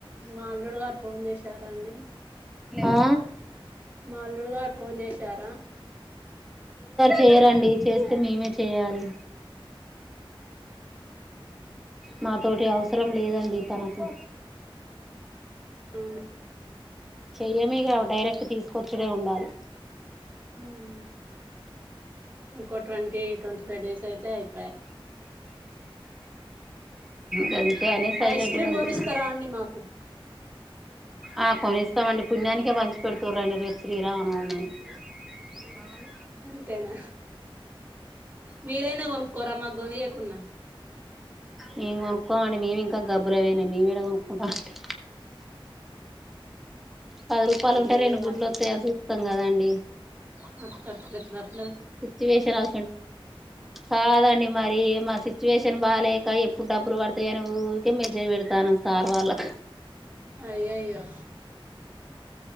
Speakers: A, on the right; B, in the centre.
A: మా అల్లుడు గారు ఫోన్ చేశారా అండి
B: ఆ
A: మాల్లుడు గారు ఫోన్ చేశారా
B: చేయారండి చేస్తే మేమే చేయాలి. నాతోటి అవసరం లేదండి తనకు
A: అవున
B: చెయ్యమిగ డైరెక్ట్ తీసుకొచ్చుడే ఉండాలె
A: మ్ ఇంకో ట్వంటీ ట్వంటీఫైవ్ డేస్ అయితే అయిపెయ్
B: గంతే అనే సైలెంట్గా
A: ఐస్ క్రీమ్
B: ఉంటున్నాం
A: కొనిస్తరా అండి మాకు
B: ఆ కొనిస్తామండి పుణ్యానికే పంచి పెడుతు రండి రేపు శ్రీరామ నవమి అని మ్ అవున
A: అంతేనా, మీరైనా కొనుక్కోరా మాగొనియకున్న
B: మేము కొనుక్కోమండి మేము ఇంకా గబ్బులేవిన మేమెడ కొనుక్కుంటాం అండి పది రూపాయలు
A: అయ్యయ్యో
B: ఉంటె రెండు గుడ్లోత్తాయని
A: అట్లా
B: చూత్తం కదండి
A: అ <inaudible>
B: సిచ్యువేషన్ అసోంటిది, కాదండి మరీ మా సిచ్యువేషన్ బాలేక ఎప్పుడు డబ్బులు పడుతాయని ఉరికే మెసేజ్ పెడతాను సార్ వాళ్ళక్
A: అయ్యయ్యో